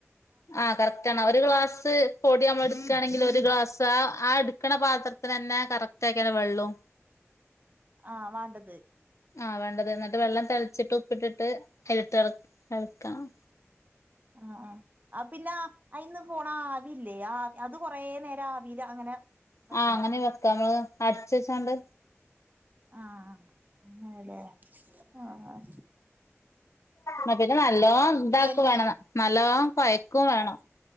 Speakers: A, on the left; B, on the right.
A: ആഹ് കറക്റ്റണം ഒരു ഗ്ലാസ് പൊടി നമ്മളെടുക്കണെങ്കിൽ ഒരു ഗ്ലാസ് ആ എടുക്കണ പാത്രത്തിനന്നെ കറക്റ്റ് ആക്ക വെള്ളം
B: ആഹ് വണ്ടത്
A: ആ വേണ്ടത് എന്നിട്ട് വെള്ളം തിച്ചിട്ട് ഉപ്പിട്ടിട്ട് അയില്ട്ട് എളക്കണം
B: ആ ആ ആ പിന്നെ അതിന്ന് പോണ ആവില്ലേ ആ അത് കൊറെ നേരം ആവില അങ്ങനെ വെക്കണോ
A: ആ അങ്ങനെ വെക്ക നമ്മള് അടച്ചെച്ചാണ്ട്
B: ആഹ് അങ്ങനല്ലെ ആഹ്
A: മറ്റേതിന് നല്ലോ ഇതാക്ക
B: തന്നെ
A: വേണം നല്ലോ കൊയക്കും വേണം